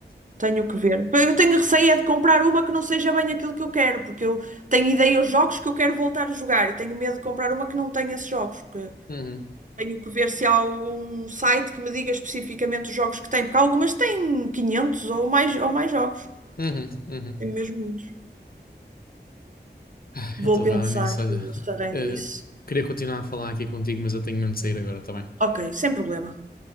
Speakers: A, on the right; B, on the left.
A: Tenho que ver. Eu tenho receio é de comprar uma que não seja bem aquilo que eu quero, porque eu tenho ideia aos jogos que eu quero voltar a jogar e tenho medo de comprar uma que não tenha esses jogos. Que
B: Uhum.
A: tenho que ver se há algum site que me diga especificamente os jogos que tem, porque algumas têm 500 ou mais, ou mais jogos.
B: Uhum. Uhum.
A: Tem mesmo muitos.
B: <laughs> Ah,
A: Vou
B: Então
A: pensar,
B: vá, Anis, olha.
A: vou ver se arranjo
B: eh,
A: isso.
B: queria continuar a falar aqui contigo, mas eu tenho mesmo de
A: Sim.
B: sair agora, tá bem?
A: Ok, sem problema.